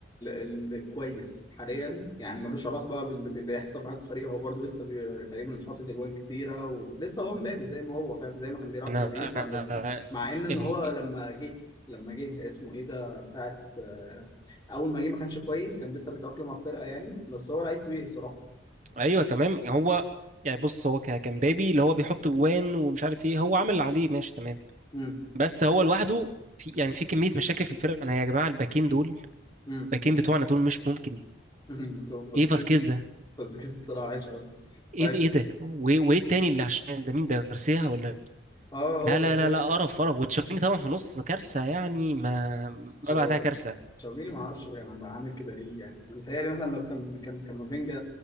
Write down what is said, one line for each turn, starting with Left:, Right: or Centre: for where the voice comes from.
Left: اللي كويس حاليا يعني ملوش علاقه بقى بال... باللي يحصل معاك في الفريق هو برده لسه بي... تقريبا حاطط اجوان كتيره ولسه هو مبابي زي ما هو فاهم زي ما كان بيلعب
Right: انا
Left: في باريس
Right: انا
Left: عندكم
Right: آه،
Left: مع ان ان
Right: ال...
Left: هو لما جه لما جه اسمه ايه ده ساعه آه، اول ما جه ما كانش كويس كان لسه بيتاقلم على الفرقه يعني بس هو لعيب كبير الصراحه
Right: ايوه تمام هو يعني بص هو ك- كان بابي اللي هو بيحط جوان ومش عارف ايه هو عمل اللي عليه ماشي تمام
Left: امم
Right: بس هو لوحده في يعني في كميه مشاكل في الفرقه انا يا جماعه الباكين دول
Left: امم،
Right: الباكين
Left: امم.
Right: بتوعنا دول مش ممكن
Left: <laughs> تو باسكيز
Right: ايه فاسكيز ده
Left: باسكيز الصراحة عايش أوي
Right: ايه
Left: وعايش
Right: ايه ده وايه وإيه التاني اللي على الشمال ده مين ده غارسيا ولا
Left: اه هو
Right: لا لا
Left: جارسيا
Right: لا لا قرف قرف وتشاوميني طبعا في النص كارثه يعني ما
Left: تشاو-
Right: ما بعدها كارثه
Left: تشاوميني ما اعرفش يعني عامل كده ليه يعني متهيألي مثلا لو كان كان كامافينجا